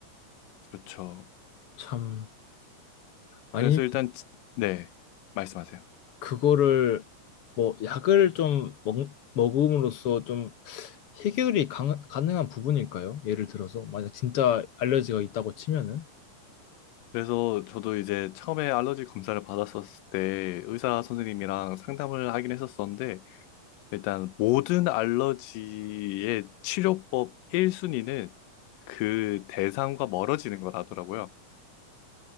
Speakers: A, on the left (about 85°); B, on the left (about 55°).
A: 그렇죠.
B: 참, 아니,
A: 그래서 일단 지- 네, 말씀하세요.
B: 그거를 뭐 약을 좀 먹, 먹음으로써 좀 해결이 강, 가능한 부분일까요? 예를 들어서 만약 진짜 알레르기가 있다고 치면은
A: 그래서 저도 이제 처음에 알러지 검사를 받았었을 때 의사 선생님이랑 상담을 하긴 했었었는데 일단 모든 알러지의 치료법 1순위는 그 대상과 멀어지는 거라더라고요.